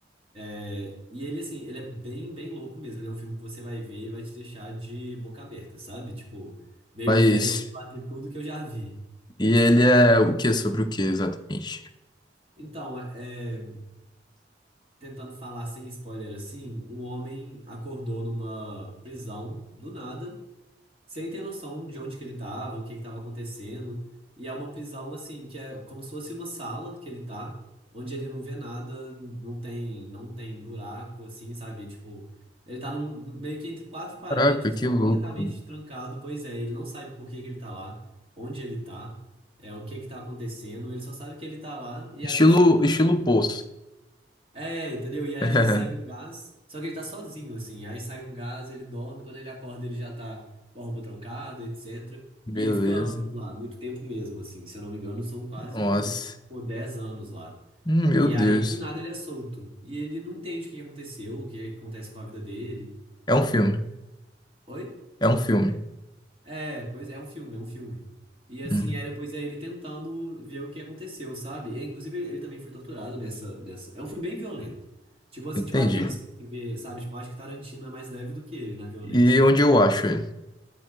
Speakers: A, on the right; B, on the left.
A: É, E ele, assim, ele é bem, bem louco mesmo. Ele é um filme que você vai ver e vai te deixar de boca aberta, sabe? Tipo, meio
B: Mas.
A: diferente de quase tudo que eu já vi.
B: E ele é o que? Sobre o que exatamente?
A: Então, é, é, tentando falar sem spoiler assim, um homem acordou numa prisão do nada. sem ter noção de onde que ele tava, o que que tava acontecendo. E é uma prisão, assim, que é como se fosse uma sala que ele tá, onde ele não vê nada, não tem, não tem buraco, assim, sabe? Tipo, ele tá num, meio que entre quatro paredes,
B: Caraca, que louco.
A: completamente trancado. Pois é, ele não sabe por que que ele tá lá, onde ele tá, é, o que que tá acontecendo. Ele só sabe que ele tá lá e
B: Estilo,
A: às vezes ca-
B: estilo
A: sai
B: Poço.
A: é, entendeu? E aí
B: <laughs>
A: às vezes sai um gás, só que ele tá sozinho, assim. Aí sai um gás, ele dorme, quando ele acorda ele já tá com a roupa trocada, etc.
B: Beleza.
A: E ele fica anos lá, muito tempo mesmo, assim. Se eu não me engano, são quase
B: Nossa.
A: uns, pô, 10 anos lá.
B: Hum, Meu
A: E
B: Deus.
A: aí, do nada, ele é solto. E ele não entende o que que aconteceu, o que que acontece com a vida dele.
B: É um filme.
A: Oi?
B: É um filme.
A: É, pois é um filme, é um filme. E assim,
B: Hum,
A: é, depois é ele tentando ver o que aconteceu, sabe? E, inclusive, ele também foi torturado nessa, nessa. É um filme bem violento. Tipo assim,
B: entendi.
A: tipo aqueles que se vê, sabe? Tipo, acho que Tarantino é mais leve do que ele na violência.
B: E onde eu acho ele?